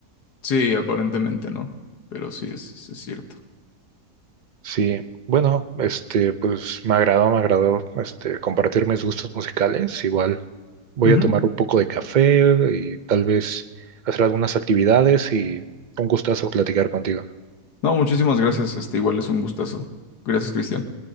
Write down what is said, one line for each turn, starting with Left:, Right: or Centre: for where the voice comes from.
Left: Sí, aparentemente no, pero sí es, es cierto.
Right: Sí, bueno, este, pues me agradó, me agradó, este, compartir mis gustos musicales. Igual voy
Left: Ujú.
Right: a tomar un poco de café y tal vez hacer algunas actividades y un gustazo platicar contigo.
Left: No, muchísimas gracias, este igual es un gustazo. Gracias, Cristian.